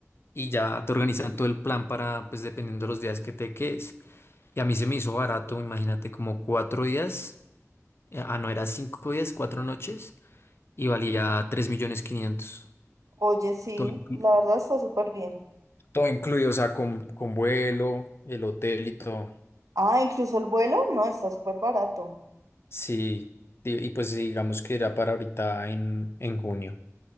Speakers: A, on the left; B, on the right.
A: y ya te organizan todo el plan para, pues dependiendo de los días que te quedes. Y a mí se me hizo barato, imagínate, como cuatro días, eh, ah, no, era cinco días, cuatro noches, y valía tres millones quinientos.
B: Oye, sí,
A: Todo inclu-
B: la verdad está súper bien.
A: Todo incluido, o sea, con, con vuelo, el hotel y todo.
B: Ah, incluso el vuelo, no, está súper barato.
A: Sí, di- y pues digamos que era para ahorita en, en junio.